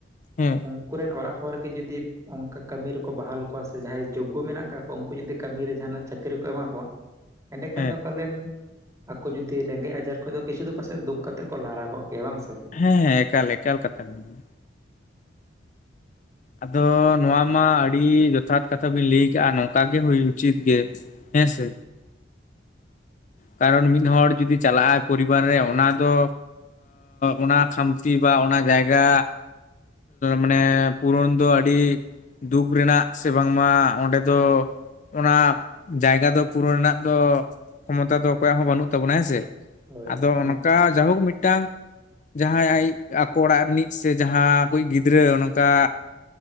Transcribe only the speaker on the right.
ᱩᱱᱠᱩ ᱨᱮᱱ ᱚᱲᱟᱜ ᱦᱚᱲ ᱜᱮ ᱡᱩᱫᱤ ᱚᱱᱠᱟ ᱠᱟᱹᱢᱤ ᱨᱮᱠᱚ ᱵᱟᱦᱟᱞ ᱠᱚᱣᱟ ᱥᱮ ᱡᱟᱦᱟᱸᱭ ᱩᱱᱠᱩ ᱢᱮᱱᱟᱜ ᱠᱟᱜ ᱠᱚᱣᱟ ᱩᱱᱠᱩ ᱡᱩᱫᱤ ᱠᱟᱹᱢᱤᱨᱮ ᱡᱟᱦᱟᱱᱟᱜ ᱪᱟᱹᱠᱨᱤ ᱠᱚ ᱮᱢᱟ ᱠᱚᱣᱟ ᱮᱸᱰᱮᱠᱷᱟᱱ
ᱫᱚ ᱯᱟᱞᱮᱱ ᱟᱠᱚ ᱡᱩᱫᱤ ᱨᱮᱸᱜᱮᱡ ᱟᱡᱟᱨ ᱠᱷᱚᱡ ᱫᱚ ᱠᱤᱪᱷᱩ ᱫᱚ ᱯᱟᱥᱮᱡ ᱫᱩᱠ ᱠᱟᱛᱮᱫ ᱠᱚ ᱞᱟᱲᱟ ᱠᱚᱜ ᱠᱮᱭᱟ ᱵᱟᱝ ᱥᱮ?
<inaudible>
ᱦᱳᱭ
ᱚᱱᱟ
ᱫᱚ